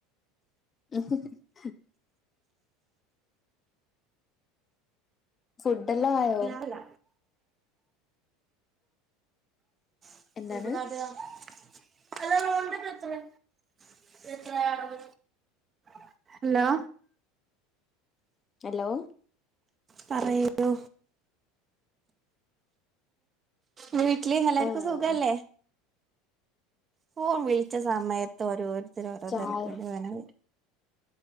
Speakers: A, on the left; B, on the right.
A: <unintelligible> ഫുഡ്ല്ലാം ആയോ
B: ല്ല <unintelligible>
A: എന്താണ്
B: എത്രയാ ഹലോ
A: ഹലോ
B: പറയൂ വീട്ടില് എല്ലാർക്കും
A: ആഹ്
B: സുഖല്ലേ ഫോൺ വിളിച്ച സമയ ത് ഓരോരുത്തര് ഓരോ
A: ചായ
B: തിരക്കല്ലും ഇങ്ങനെ വരും